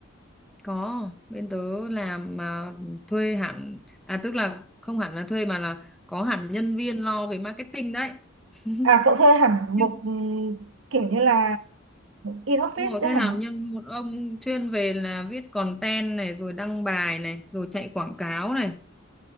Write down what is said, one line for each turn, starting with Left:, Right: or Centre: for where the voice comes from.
Centre: có bên tớ làm mà thuê hẳn à tức là không hẳn là thuê mà là có hẳn nhân viên lo về marketing đấy. <laughs>
Right: à cậu thuê hẳn
Centre: Nhưng
Right: một ừm, kiểu như là in office
Centre: Đúng rồi,
Right: đấy
Centre: thuê
Right: hả
Centre: hẳn nhân một ông chuyên về là viết content này rồi đăng bài này rồi chạy quảng cáo này.